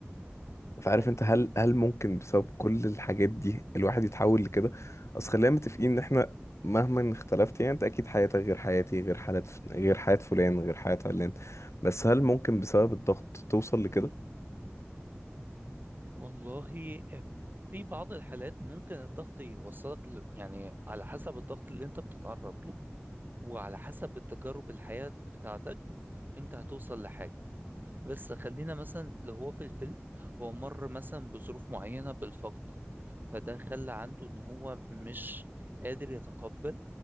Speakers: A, on the left; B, on the right.
A: فعارف
B: ايوه
A: انت هل هل ممكن بسبب كل الحاجات دي الواحد يتحول لكده اصل خلينا متفقين ان احنا مهما اختلفت يعني انت اكيد حياتك غير حياتي غير حالات غير حياة فلان غير حياة علان بس هل ممكن بسبب الضغط توصل لكده
B: والله ف- في بعض الحالات ممكن الضغط يوصلك ل... يعني على حسب الضغط اللي انت بتتعرض له وعلى حسب التجارب الحياة بتاعتك انت هتوصل لحاجة بس خلينا مثلا اللي هو في الفيلم هو مر مثلا بظروف معينة بالفقد فده خلى عنده ان هو مش قادر يتقبل